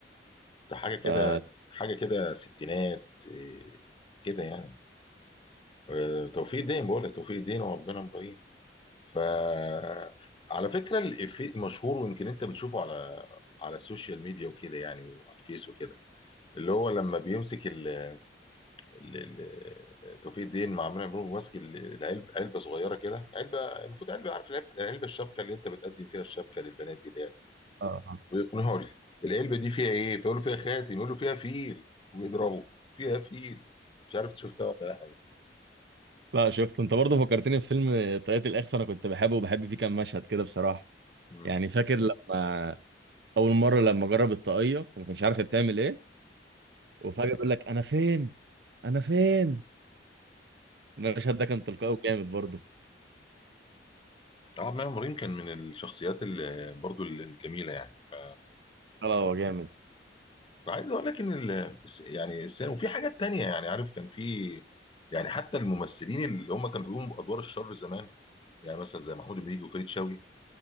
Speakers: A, on the left; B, on the right.
A: ده حاجه كده
B: ده-
A: حاجه كده ستينات آه، كده يعني آه، توفيق الدين بقول لك توفيق الدين وعبد المنعم ابراهيم فعلى فكرة الإفيه مشهور ويمكن أنت بتشوفه على على السوشيال ميديا وكده يعني وعلى الفيس وكده اللي هو لما بيمسك ال... ال... ال... توفيق الدين مع عمرو مرموش ماسك ال- العلبة علبة صغيرة كده علبة المفروض علبة عارف العلبة, العلبة الشبكة اللي أنت بتقدم فيها الشبكة للبنات دي اللي هي
B: آه.
A: ويقنعه ال- العلبة دي فيها إيه؟ فيقول له فيها خاتم يقول له فيها فيل ويضربه فيها فيل مش عارف شفتها ولا لا يعني.
B: لا شفت أنت برضه فكرتني في فيلم طاقية الإخفاء أنا كنت بحبه وبحب فيه كام مشهد كده بصراحة
A: مم.
B: يعني فاكر لما أول مرة لما جرب الطاقية وما كانش عارف هي بتعمل إيه وفجأة بيقول لك أنا فين؟ أنا فين؟ المشهد
A: مم.
B: ده كان تلقائي وجامد برضه
A: عماد مريم كان من الشخصيات اللي برضو الجميله يعني ف
B: لا لا هو جامد
A: وعايز اقول لك ان ال... يعني السينما وفي حاجات تانية يعني عارف كان في يعني حتى الممثلين اللي هم كانوا بيقوموا بادوار الشر زمان يعني مثلا زي محمود المليجي وفريد شوقي